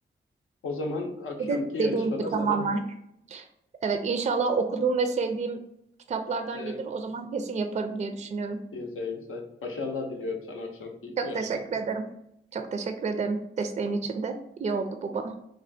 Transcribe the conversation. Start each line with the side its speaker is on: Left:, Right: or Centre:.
Left: O zaman akşamki
Right: Bir de
Left: yarışmada
Right: dediğim gibi tamamen.
Left: sana
Right: Evet, inşallah okuduğum ve sevdiğim kitaplardan
Left: e,
Right: gelir. O zaman kesin yaparım diye düşünüyorum.
Left: güzel güzel. Başarılar diliyorum sana akşamki
Right: Çok
Left: yarışmada.
Right: teşekkür ederim. Çok teşekkür ederim desteğin için de. İyi oldu bu bana.